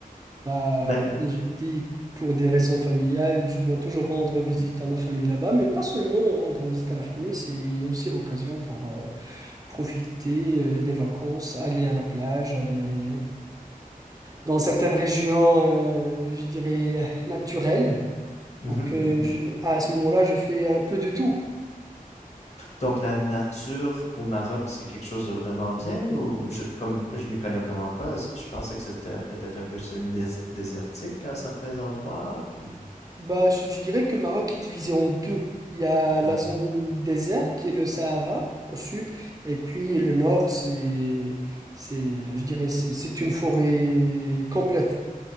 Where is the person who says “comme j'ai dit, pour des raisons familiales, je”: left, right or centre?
Right